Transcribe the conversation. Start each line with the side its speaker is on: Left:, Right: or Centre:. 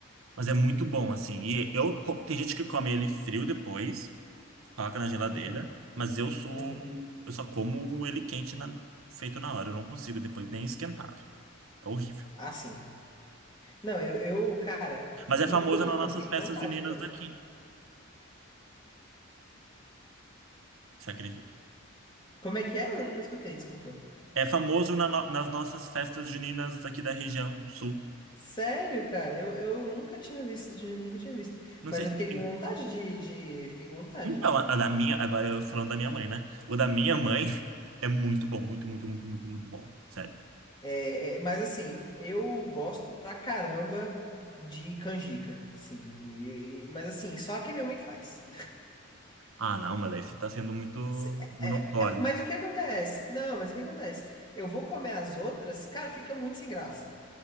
Right: Mas é muito bom, assim. E eu, co- tem gente que come ele frio depois. Coloca na geladeira,
Left: Aham,
Right: mas eu sou,
Left: aham.
Right: eu só como ele quente na- feito na hora, eu não consigo depois nem esquentado. É horrível.
Left: Ah, sim. Não, eu, eu, cara,
Right: Mas é
Left: eu
Right: famoso
Left: nunca comi,
Right: nas
Left: não.
Right: nossas
Left: Fiquei
Right: festas
Left: com vontade
Right: juninas
Left: agora.
Right: daqui, você acredita?
Left: Como é que é? Eu não escutei, desculpa.
Right: É famoso na no- nas nossas festas juninas daqui da região do sul.
Left: Sério, cara, eu, eu nunca tinha visto, tinha- nunca tinha visto.
Right: Não
Left: Mas
Right: sei
Left: eu
Right: se.
Left: fiquei com vontade de, de- fiquei com vontade.
Right: Então, a a da minha, agora eu falando da minha mãe, né? O da minha mãe <laughs> é muito bom, muito, muito, muito, muito, muito bom. Sério.
Left: É, é, mas assim, eu gosto pra caramba de canjica, sim. E- e- mas assim, só que a minha mãe faz.
Right: Ah, não, mas aí você tá sendo muito
Left: Se-
Right: monopólio.
Left: é- é- mas o que acontece? Não, mas o que acontece? Eu vou comer as outras, cara, fica muito sem graça.